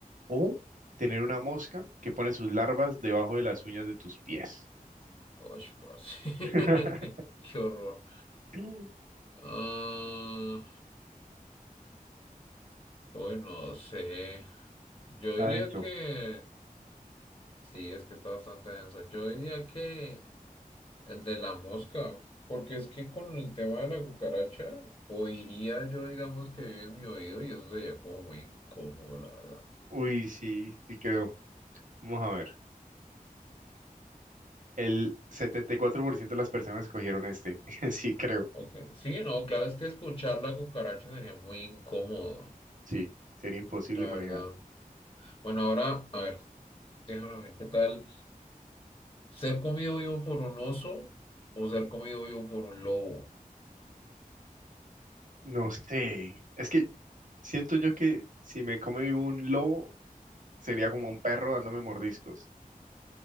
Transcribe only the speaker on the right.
O tener una mosca que pone sus larvas debajo de las uñas de tus pies.
<laughs>
Está
denso.
Uy, sí, sí creo. Vamos a ver. El 74% de las personas cogieron este. <laughs> Sí creo.
Sí, sería imposible
manejar.
No sé. Es que siento yo que si me come vivo un lobo, sería como un perro dándome mordiscos.